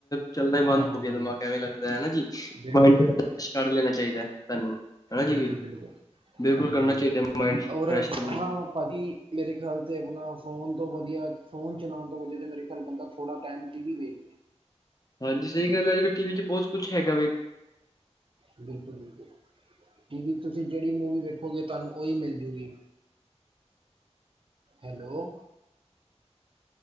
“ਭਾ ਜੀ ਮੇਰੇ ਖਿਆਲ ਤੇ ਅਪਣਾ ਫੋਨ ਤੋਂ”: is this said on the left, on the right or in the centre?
Right